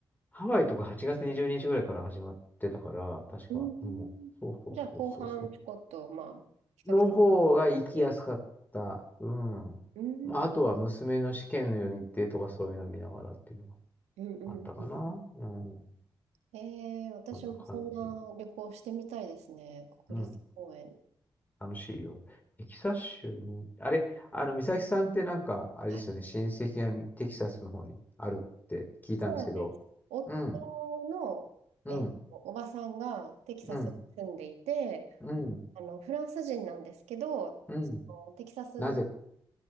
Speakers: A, on the left; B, on the right.
A: ハワイとか8月20日ぐらいから始まってたから、確か。
B: うん。
A: うん。そうそうそうそうそう。
B: じゃあ、後半ちょこっと、まあ、比較的
A: の方が行きやすかった。
B: いいやつ。
A: うん。
B: うん。
A: まあ、あとは娘の試験の日程とかそういうの見ながらっていうの
B: うん、うん、
A: があったかな。
B: う
A: うん。
B: ん。へえ、私もそんな旅行してみたいですね。
A: そんな感じ。
B: 国立公園。
A: うん。楽しいよ。テキサス州に、あれ、あの、美咲さんってなんか、あれですよね、
B: はい。
A: 親戚がみテキサスの方にあるって聞いたんですけど、
B: そうなんです。夫
A: うん、
B: の、
A: うん、
B: えっと、おばさんがテキサスに住んでいて、
A: うん、うん、
B: あの、フランス人なんですけど、
A: うん。
B: のテキサス、
A: なぜ、